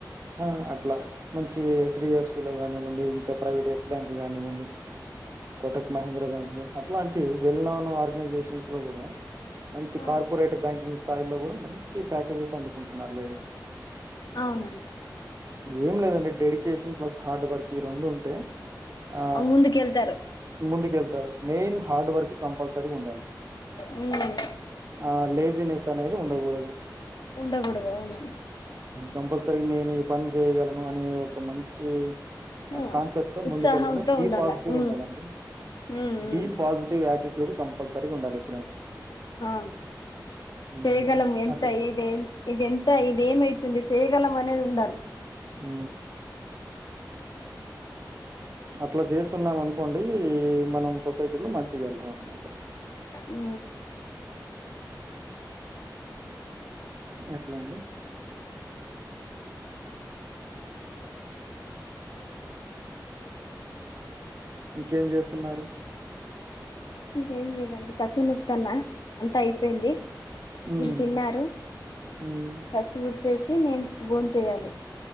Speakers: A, on the right (about 45°); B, on the left (about 75°).
A: ఆ అట్లా మంచి హెచ్డిఎఫ్సి లో కానివ్వండి ఇంకా ప్రైవేట్స్ బ్యాంక్ కానివ్వండి
B: ఉ
A: కొటక్ మహేంద్ర బ్యాంక్ లో అట్లాంటి వెళ్ళనన్న ఆర్గనైజేషన్స్ లో కూడా మంచి
B: ఆ
A: కార్పొరేట్ బ్యాంకింగ్ స్థాయిలో కూడా మంచి ప్యాకేజెస్ అందుకుంటున్నారు లేడీస్
B: అవునండి
A: ఏం లేదండి డెడికేషన్ ప్లస్ హార్డ్ వర్క్ ఈ రెండు ఉంటే ఆ
B: ముందుకెళ్తారు
A: ముందుకెళ్తారు మెయిన్ హార్డ్ వర్క్ కంపల్సరీ ఉండాలి
B: హ్మ్.
A: ఆ లేజినెస్ అనేది ఉండకూడదు
B: ఉండకూడదు అవును
A: కంపల్సరీ నేను ఈ పని చేయగలను అనే ఒక మంచి
B: హ్మ్.
A: కాన్సెప్ట్
B: ఉత్సాహంతో
A: ముందు కెల్లి బి
B: ఉండాల
A: పాజిటివ్
B: హ్మ్.
A: ఉండాలండి
B: ఉమ్ ఉమ్
A: బి పాజిటివ్ యాటిట్యూడ్ కంపల్సరీగా ఉండాలి ఎప్పుడైనా
B: ఆ
A: హ్మ్.
B: చేయగలము ఎంత
A: అట్లా
B: ఇది ఇది ఎంత ఇది ఏమవుతుంది చేయగలం అనేది ఉండాలి
A: ఉ అట్లా చేస్తున్నాం అనుకోండి మనం సొసైటీ లో మంచిగా వెళ్తాం అనమాట
B: ఉ
A: ఎట్లా అండి ఇంకేం చేస్తున్నారు
B: ఇంకేం లేదండి కసు నుక్తానా అంతా అయిపోయింది
A: హ్మ్.
B: మీరు తిన్నారు
A: హ్మ్.
B: కసువుడిచేసే నేను బోన్ చేయాలి